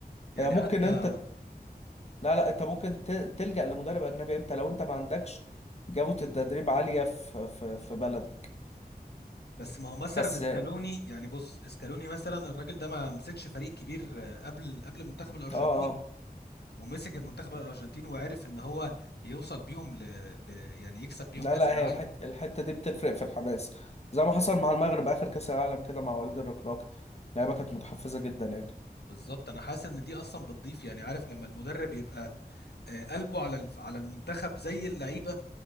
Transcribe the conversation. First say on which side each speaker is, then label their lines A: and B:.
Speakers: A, on the left (about 90°); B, on the left (about 40°).
A: يعني
B: هي ممكن
A: حتى
B: انت لا لا انت ممكن ت- تلجأ لمدرب اجنبي امتى لو انت ما عندكش جودة التدريب عالية في في في بلدك
A: بس ما هو مثلا
B: بس
A: اسكالوني
B: اه
A: يعني بص اسكالوني مثلا الراجل ده ما مسكش فريق كبير آه، قبل قبل منتخب الارجنتين
B: اه
A: ومسك المنتخب الارجنتين وعرف ان هو يوصل بيهم ل... ل... يعني يكسب بيهم
B: لا
A: كاس
B: لا
A: العالم
B: هي الحت الحتة دي بتفرق في الحماس زي ما حصل مع المغرب اخر كأس العالم كده مع وليد الركراكي اللعيبة كانت متحفزة جدا يعني
A: بالظبط انا حاسس ان دي اصلا بتضيف يعني عارف لما المدرب يبقى آه، قلبه على الف- على المنتخب زي اللعيبه